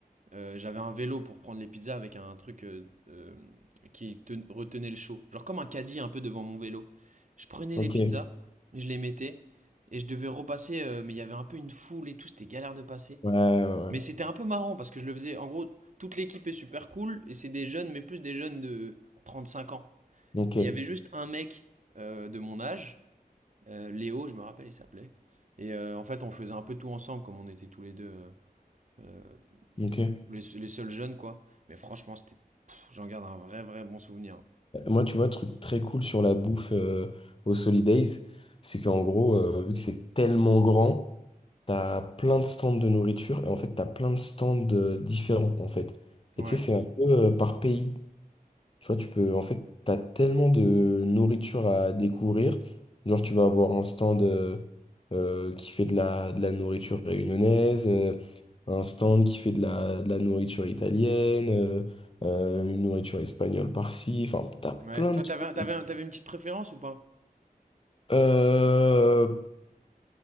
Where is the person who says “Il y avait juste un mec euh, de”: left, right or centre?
Right